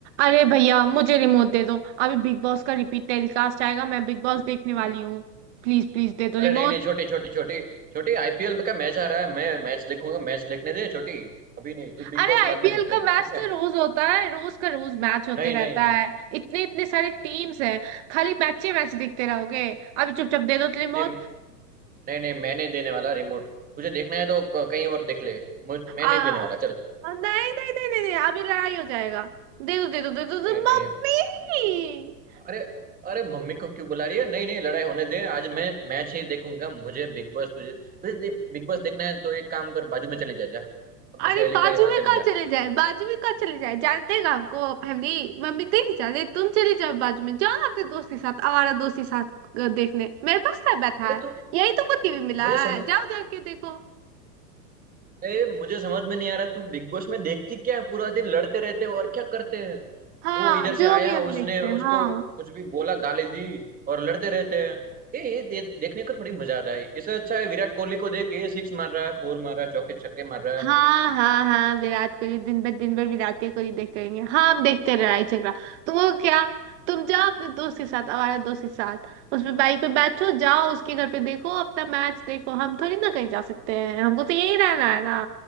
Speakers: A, on the right; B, on the right.
A: अरे भैया मुझे रिमोट दे दो अभी बिग बॉस का रिपीट टेलीकास्ट आएगा मैं बिग बॉस देखने वाली हूँ प्लीज प्लीज दे दो रिमोट
B: अरे नहीं नहीं छोटी छोटी छोटी छोटी आईपीएल का मैच आ रहा है मैं मैच देखूंगा मैच देखने दे छोटी अभी नहीं तू बिग
A: अरे
B: बॉस
A: आईपीएल
B: बाद में देख लेना
A: का मैच
B: ठीक है
A: तो रोज होता है रोज का रोज मैच होते
B: नहीं
A: रहता
B: नहीं
A: है इतने इतने सारे टीम्स हैं खाली मैचे मैच देखते रहोगे अभी चुपचाप दे दो तो रिमोट
B: नहीं नहीं नहीं मैं नहीं देने वाला रिमोट तुझे देखना है तो क- कहीं और देख ले मुझ- मैं
A: आ
B: नहीं देने वाला चल
A: नहीं नहीं नहीं नहीं नहीं, अभी लड़ाई हो जाएगा दे दो दे दो दे दो, दे
B: नहीं
A: दो
B: नहीं
A: मम्मी
B: अरे अरे मम्मी को क्यों बुला रही है नहीं नहीं लड़ाई होने दे आज मैं मैच ही देखूंगा मुझे बिग बॉस तुझे तुझे दे- बिग बॉस देखना है तो एक काम कर बाजू में चली जा जा अपनी
A: अरे
B: सहेली
A: बाजू
B: का यहाँ
A: में
B: चली
A: कहाँ
B: जा
A: चले जाए बाजू में कहाँ चले जाए जानते हैं आपको फैमिली मम्मी देख जाते तुम चले जाओ बाजू में जाओ ना अपने दोस्त के साथ आवारा दोस्त के साथ अ, देखने मेरे पास क्या बैठा
B: अरे
A: है
B: तू
A: यही तो को टीवी मिला
B: मुझे सम,
A: है जाओ जाके देखो
B: ए, मुझे समझ में नहीं आ रहा तू बिग बॉस में देखती क्या है पूरा दिन लड़ते रहते हो और क्या करते हैं
A: हाँ
B: वो इधर से
A: जो
B: आया
A: भी हम
B: उसने
A: देखते हैं
B: उसको
A: हाँ
B: कुछ भी बोला गाली दी और लड़ते रहते हैं ए, ये दे, देखने का थोड़ी मजा आता है इससे अच्छा है विराट कोहली को देख ये सिक्स मार रहा है फोर मार रहा है चौके छक्के मार रहा है
A: हाँ हाँ हाँ विराट कोहली दिन भर दिन भर विराट ही कोहली देखते रहेंगे हाँ हम देखते हैं लड़ाई झगड़ा तो वो क्या तुम जाओ अपने दोस्त के साथ हमारे दोस्त के साथ उस पे बाइक पे बैठो जाओ उसके घर पे देखो अपना मैच देखो हम थोड़ी ना कहीं जा सकते हैं हमको तो यही रहना है ना